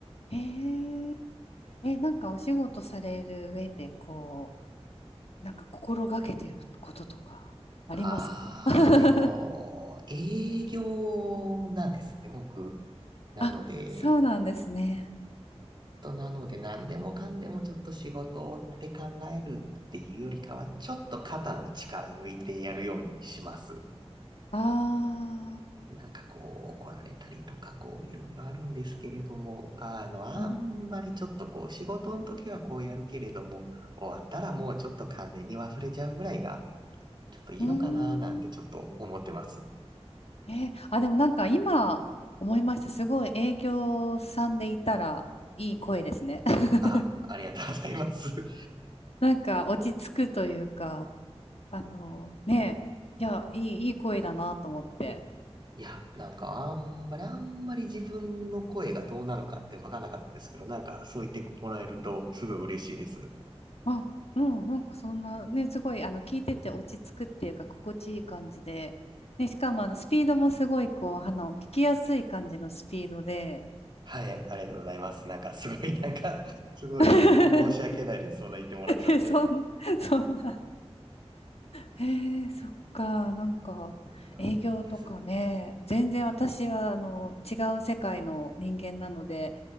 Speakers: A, on the left; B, on the right.
A: ええ。え、なんかお仕事される上で、こう、なんか心がけてることとかありますか
B: ああ、
A: <laughs>
B: でも、営業なんですね、僕。なので、
A: あ、
B: えっ
A: そうなんですね。
B: と、なので、何でもかんでもちょっと仕事って考えるっていうよりかは、ちょっと肩の力抜いてやるようにします。
A: ああ。
B: なんかこう、怒られたりとか、こう、いろいろあるんですけれども、あの、あんまりちょっとこう、
A: うん。
B: 仕事の時はこうやるけれども、終わったらもうちょっと完全に忘れちゃうぐらいが、ちょっといいのかな、
A: うーん
B: なんてちょっと思ってます。
A: えーあ、でもなんか今思いました。すごい営業さんでいたらいい声ですね。<laughs>
B: あ、ありがとうございます。<laughs>
A: なんか落ち着くというか、あのね、いや、いい、いい声だなと思って。
B: いや、なんかあんまり、あんまり自分の声がどうなのかって分かんなかったんですけど、なんかそう言ってもらえるとすごい嬉しいです。
A: あ、うん、なんかそんな、ね、すごい、あの、聞いてて落ち着くっていうか、心地いい感じで。ね、しかも、あの、スピードもすごい、こう、あの、聞きやすい感じのスピードで。
B: はい、ありがとうございます。なんかすごい、なんか <laughs> すごい申し訳ないです。
A: <laughs>
B: そんな言ってもらっちゃって。
A: えそん、そんなへえ、そっか、なんか、
B: そうなんです。
A: 営業とかね、全然私は、あの、違う世界の人間なので、